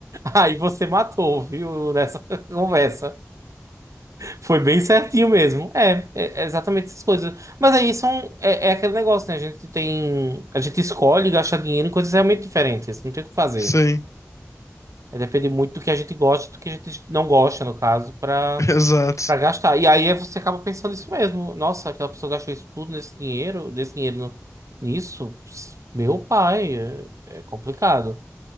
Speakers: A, on the right; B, on the left.
A: aí você matou, viu, nessa <laughs> conversa. Foi bem certinho mesmo. É, é- é exatamente essas coisas. Mas aí são, é, é aquele negócio, né? A gente tem. A gente escolhe gastar dinheiro em coisas realmente diferentes. Não tem o que fazer.
B: Sim,
A: É depender muito do que a gente gosta e do que a gente não gosta, no caso, para
B: <laughs> exato.
A: para gastar. E aí é- você acaba pensando isso mesmo. Nossa, aquela pessoa gastou isso tudo nesse dinheiro, desse dinheiro no- nisso. Ps, Meu pai, é, é complicado.